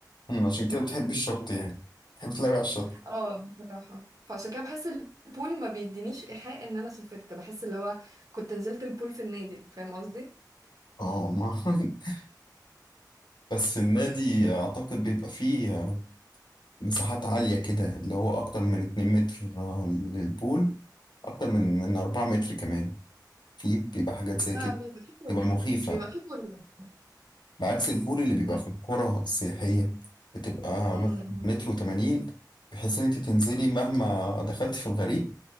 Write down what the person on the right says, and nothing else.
اه بصراحه فعشان كده بحس البول ما بيدينيش ايحاء ان انا سافرت بحس اللي هو كنت نزلت البول في النادي فاهم قصدي
لا
بيبقى فيه كله
بيبقى فيه كله
أمم،
أمم،